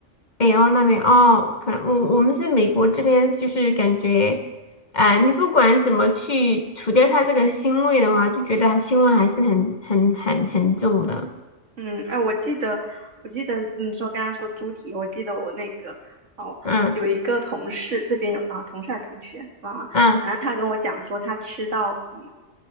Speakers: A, on the left; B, on the right.
A: 北欧那边哦，可能我我们是美国这边，就是感觉，呃，你不管怎么去除掉它这个腥味的话，就觉得它腥味还是很很很很重的。
B: 嗯，哎，我记得，我记得你说刚刚说猪蹄，我记得我那个哦，
A: 嗯
B: 有一个同事这边有啊，同事还是同学忘了，
A: 嗯，
B: 反正他跟我讲说他吃到嗯，